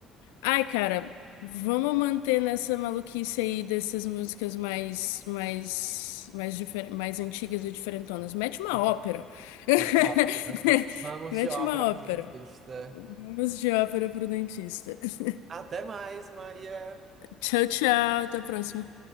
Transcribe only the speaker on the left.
Ai, cara, vamos manter nessa maluquice aí dessas músicas mais mais mais, difer- mais antigas e diferentonas. Mete uma
ópera. <laughs>
Mete
uma
ópera. Vamos já para o dentista. <laughs>
Tchau, tchau. Até a próxima.